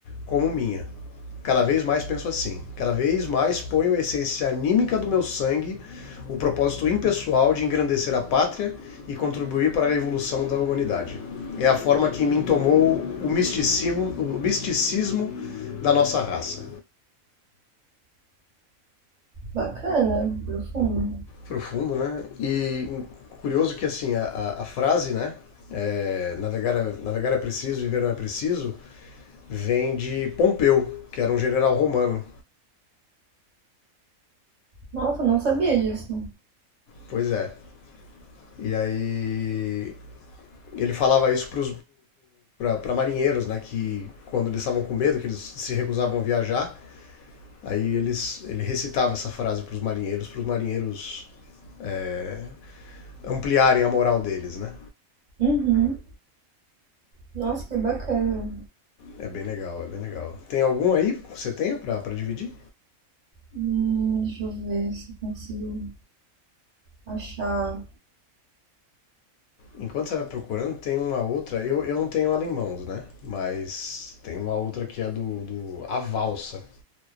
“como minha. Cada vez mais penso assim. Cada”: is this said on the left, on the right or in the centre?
Left